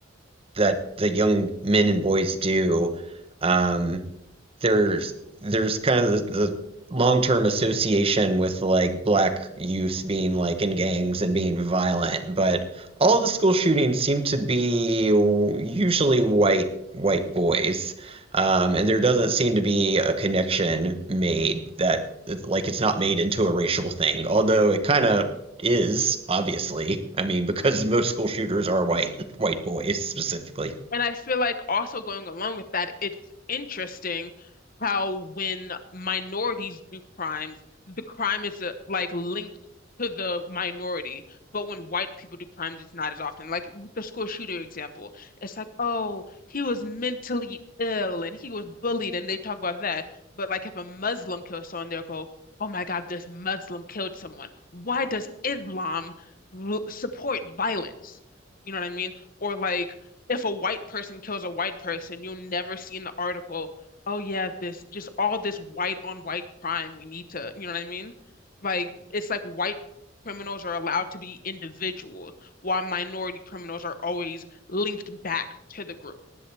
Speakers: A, on the right; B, on the left.
A: that the young men and boys do. Um, there's there's kind of the, the long term association with like black youth being like in gangs and being violent, but all the school shootings seem to be usually white white boys, um, and there doesn't seem to be a connection made that like it's not made into a racial thing, although it kind of is obviously. I mean, because most school shooters are white white boys specifically.
B: And I feel like also going along with that, it's interesting how when minorities do crimes, the crime is uh, like linked to the minority. But when white people do crimes, it's not as often. Like the school shooter example, it's like, oh, he was mentally ill and he was bullied, and they talk about that. But like if a Muslim kills someone, they'll go, oh my God, this Muslim killed someone. Why does Islam l- support violence? You know what I mean? Or like if a white person kills a white person, you'll never see in the article, oh yeah, this just all this white on white crime. We need to, you know what I mean? Like it's like white criminals are allowed to be individuals, while minority criminals are always linked back to the group.